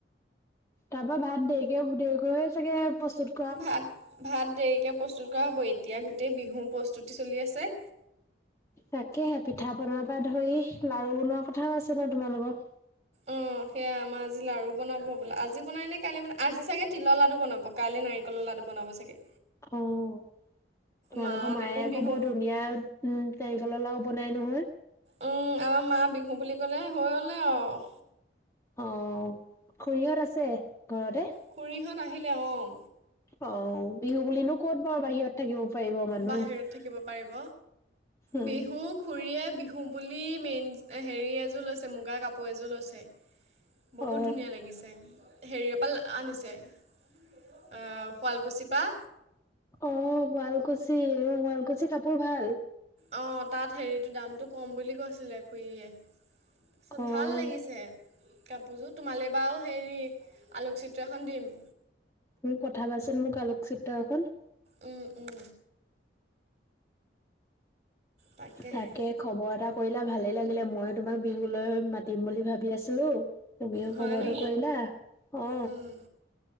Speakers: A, on the left (about 15°); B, on the right (about 35°).
A: তাৰ পৰা ভাত দেৰিকে দেৰিকৈয়ে চাগে প্ৰস্তুতি
B: ভাত ভাত দেৰিকৈ প্ৰস্তুত কৰা হ'ব, এতিয়া গোটেই বিহু প্ৰস্তুতি চলি আছে।
A: তাকেহে পিঠা পনাৰ পৰা ধৰি লাৰু বনোৱা কথাও আছিলে তোমালোকৰ।
B: উম, সেয়া আমাৰ আজি লাাৰু বনাব হবলা, আজি বনাই নে কাইলৈ আজি চাগে তিলৰ লাডু বনাব। কাইলে নাৰিকলৰ লাডু বনাব চাগে।
A: অ', তোমালোকৰ
B: মা
A: মায়ে
B: দেখোন
A: আকৌ
B: বিহু
A: বৰ ধুনীয়া উম, নাৰিকলৰ লাড়ু বনাই নহয়।
B: উম, আমাৰ মা বিহু বুলি ক'লে হৈ হ'লে আৰু।
A: অ', খুৰীহঁত আছে ঘৰতে?
B: খুৰীহঁত আহিলে অ'।
A: অ', বিহু বুলিনো ক'ত বাও বাহিৰত থাকিব পাৰিব মানুহ
B: বাহিৰত থাকিব পাৰিব।
A: উম
B: বিহু খুৰীয়ে বিহু বুলি মেইন হেৰি এযোৰ লৈছে মুগাৰ কাপোৰ এযোৰ লৈছে। বহুত
A: অ
B: ধুনীয়া লাগিছে। হেৰিয়পাল আনিছে আ শুৱালকুছিৰ পৰা,
A: অ শুৱালকুছি শুৱালকুছি কাপোৰ ভাল।
B: অ তাত হেৰিটো দামটো কম বুলি কৈছিলে খুুৰীয়ে। চত
A: অ
B: ভাল লাগিছে। কাপোৰযোৰ তোমালৈ বাৰু হেৰি আলোকচিত্ৰ এখন দিম।
A: মোক পঠাবাচোন মোক আলোকচিত্ৰ এখন।
B: উম উম। তাকেহে
A: তাকে, খবৰ এটা কৰিলা ভালেই লাগিলে ময়ো তোমাক বিহুলৈ মাতিম বুলি ভাবি আছিলো। তুমিও
B: হয়
A: খবৰটো
B: নি
A: কৰিলা, অ
B: উম